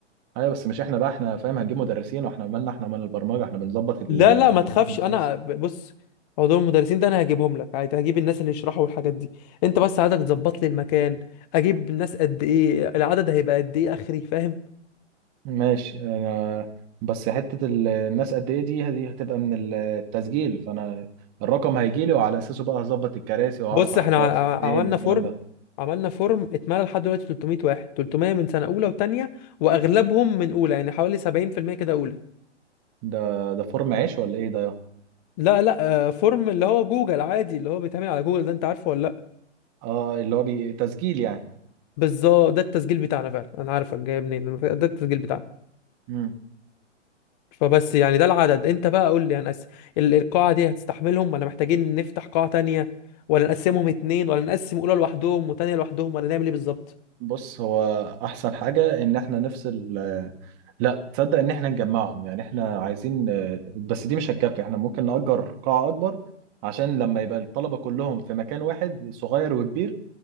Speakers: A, on the right (about 30°); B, on the left (about 35°).
A: ايوه بس مش احنا بقى احنا فاهم هنجيب مدرسين واحنا مالنا احنا مال البرمجه احنا بنظبط ال-
B: لا
A: الايفنت
B: لا ما تخافش انا
A: بس
B: ب- بص موضوع المدرسين ده انا هجيبهم لك عادي هجيب الناس اللي يشرحوا الحاجات دي انت بس عايزك تظبط لي المكان اجيب الناس قد ايه العدد هيبقى قد ايه اخري فاهم
A: ماشي انا بس حته ال- الناس قد ايه دي دي هتبقى من ال- التسجيل فانا الرقم هيجي لي وعلى اساسه بقى هظبط الكراسي واعرف
B: بص
A: احطها
B: احنا ع-
A: فين
B: عملنا
A: والكلام
B: فورم
A: ده
B: عملنا فورم اتملى لحد دلوقتي 300 واحد 300 من سنة أولى وتانية وأغلبهم من أولى يعني حوالي 70% كده أولى
A: ده ده فورم عيش ولا ايه ده يا
B: لا لا آه، فورم اللي هو جوجل عادي اللي هو بيتعمل على جوجل ده أنت عارفه ولا لأ
A: اه اللي هو بي... تسجيل يعني
B: بالظبط ده التسجيل بتاعنا فعلا أنا عارفك جاي منين ده التسجيل بتاعنا
A: امم
B: فبس يعني ده العدد أنت بقى قول لي هنقسم ال- القاعة دي هتستحملهم ولا محتاجين نفتح قاعة تانية ولا نقسمهم اتنين ولا نقسم أولى لوحدهم وتانية لوحدهم ولا نعمل إيه بالظبط
A: بص هو احسن حاجة ان احنا نفصل آه، لا تصدق ان احنا نجمعهم يعني احنا عايزين آه، بس دي مش هتكفي احنا ممكن نأجر قاعة اكبر عشان لما يبقى الطلبة كلهم في مكان واحد صغير وكبير